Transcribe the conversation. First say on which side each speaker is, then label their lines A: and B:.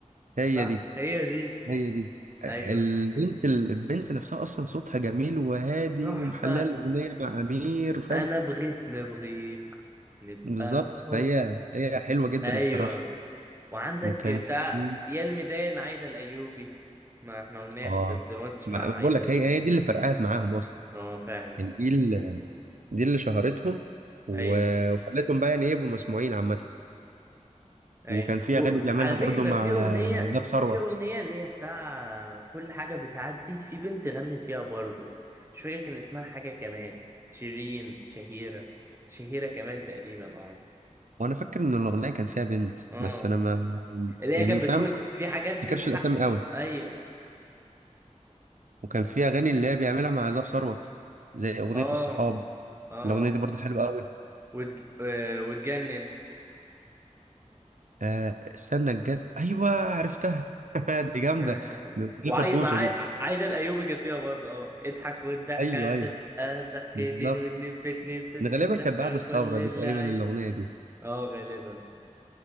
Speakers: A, on the right; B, on the right.
A: هي
B: صح
A: دي
B: هي دي
A: هي دي البنت
B: ايوه
A: البنت نفسها اصلا صوتها جميل وهادي
B: تحفة
A: ومحلله الاغنيه مع امير فاهم
B: انا بغيت نبغيك نبقى
A: بالظبط فهي
B: حب
A: هي حلوه جدا
B: ايوه
A: الصراحه
B: وعندك
A: وكان
B: بتاع
A: في
B: يا الميدان عايدة الايوبي ما احنا قلناه
A: اه
B: بس ما قلتش
A: ما
B: مع
A: ما
B: عايدة
A: بقول لك
B: الايوبي
A: هي هي دي اللي فرقعت معاهم اصلا
B: اه فعلا
A: يعني دي اللي دي اللي شهرتهم و-
B: ايوه
A: وخلتهم بقى يعني إيه، يبقوا مسموعين عامه
B: ايوه
A: وكان في
B: وعلى
A: اغاني بيعملها
B: فكرة
A: برضو مع
B: في اغنية
A: زاب ثروت
B: في اغنية اللي هي بتاع كل حاجة بتعدي في بنت غنت فيها برضو مش فاكر كان اسمها حاجة كمان شيرين شهيرة شهيرة كمال تقريبا اه
A: وانا فاكر ان الاغنيه كان فيها بنت
B: اه
A: بس انا ما
B: اللي هي
A: يعني
B: كانت
A: فاهم
B: بتقول
A: ما
B: في حاجات
A: افتكرش
B: بتحق
A: الاسامي قوي
B: ايوه
A: وكان في اغاني اللي هي بيعملها مع زاب ثروت زي اغنيه
B: اه
A: الصحاب
B: اه
A: الاغنيه دي برضو حلوه قوي
B: وتج... آه، وتجنن
A: آه استنى الجن ايوه عرفتها <laughs> دي جامده
B: <laughs>
A: دي اغنيه
B: وعاي...
A: فرفوشه
B: مع عاي...
A: دي
B: عايدة الأيوبي كانت فيها برضه اه اضحك والضحكة
A: ايوه
B: هتبقى
A: ايوه
B: ضحكتين
A: بالظبط
B: واتنين في اتنين في
A: ده
B: اتنين
A: غالبا
B: ضحكة
A: كانت بعد الثوره
B: كل اللي
A: دي تقريبا
B: عايزه
A: الاغنيه دي
B: اه غالبا